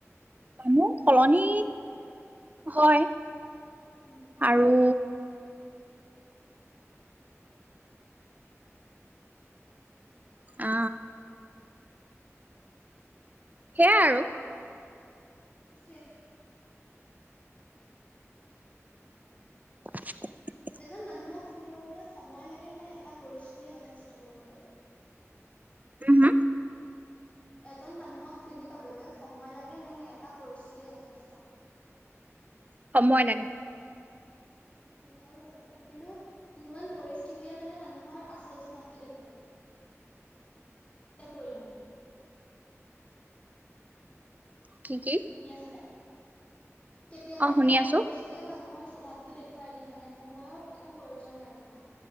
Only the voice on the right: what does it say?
মোৰ সলনি হয়।
আৰু আ সেয়াই আৰু
<unintelligible>
উম
সময় লাগে।
কি কি
অ
শুনি
আছো